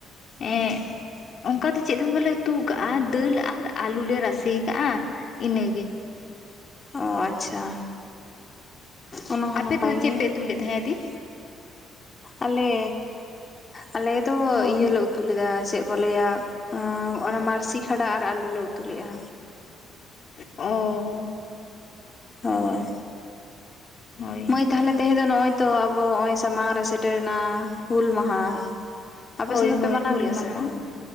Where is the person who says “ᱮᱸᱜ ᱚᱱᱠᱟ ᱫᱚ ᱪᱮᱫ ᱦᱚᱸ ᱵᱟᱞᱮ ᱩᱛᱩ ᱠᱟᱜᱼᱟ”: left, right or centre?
Left